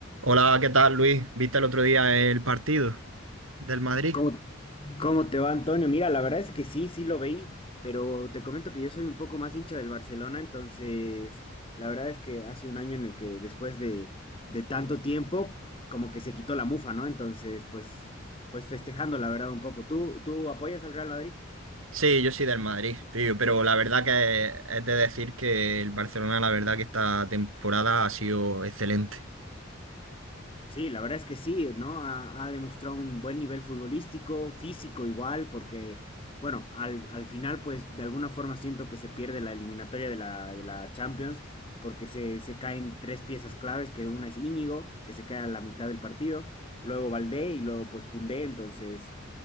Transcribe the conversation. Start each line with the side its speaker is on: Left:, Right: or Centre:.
Right: Hola, ¿qué tal, Luis? ¿Viste el otro día el partido del Madrid?
Left: ¿Cómo, cómo te va, Antonio? Mira, la verdad es que sí, sí lo veí, pero te comento que yo soy un poco más hincha del Barcelona, entonces la verdad es que hace un año en el que después de, de tanto tiempo, como que se quitó la mufa, ¿no? Entonces, pues, pues festejando, la verdad, un poco. ¿Tú, tú apoyas al Real Madrid?
Right: Sí, yo soy del Madrid, tío, pero la verdad que es de decir que el Barcelona, la verdad que esta temporada ha sido excelente.
Left: Sí, la verdad es que sí, ¿no? Ha, ha demostrado un buen nivel futbolístico, físico igual, porque, bueno, al, al final, pues de alguna forma siento que se pierde la eliminatoria de la, de la Champions, porque se, se caen tres piezas claves, que una es Íñigo, que se queda a la mitad del partido, luego Valdé y luego pues Koundé, entonces